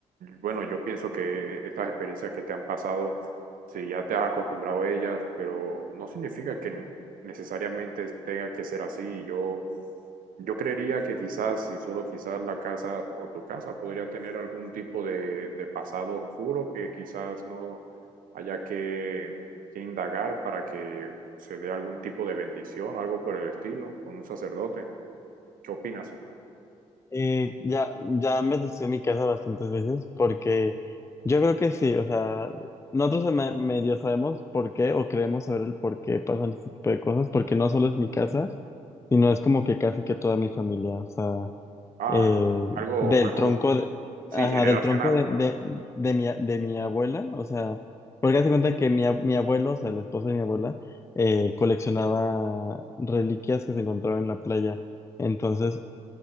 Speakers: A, on the right; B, on the left.
A: Bueno, yo pienso que eh, estas experiencias que te han pasado, si ya te has acostumbrado a ellas, pero no significa que necesariamente tenga que ser así. Yo, yo creería que quizás, si solo quizás la casa o tu casa podría tener algún tipo de, de pasado oscuro que quizás no haya que, que indagar para que se dé algún tipo de bendición, algo por el estilo, con un sacerdote. ¿Qué opinas?
B: Y ya, ya han bendecido mi casa bastantes veces, porque yo creo que sí, o sea, nosotros me- medio sabemos por qué o creemos saber el por qué pasan este tipo de cosas, porque no solo es mi casa, sino es como que casi que toda mi familia, o sea.
A: Ah,
B: eh,
A: algo,
B: del
A: algo,
B: tronco de,
A: sí,
B: ajá,
A: generacional.
B: del tronco de, de, de mi, a- de mi abuela, o sea, porque
A: Entiendo.
B: hace cuenta que mi, a- mi abuelo, o sea, la esposa de mi abuela, eh, coleccionaba reliquias que se encontraban en la playa. Entonces,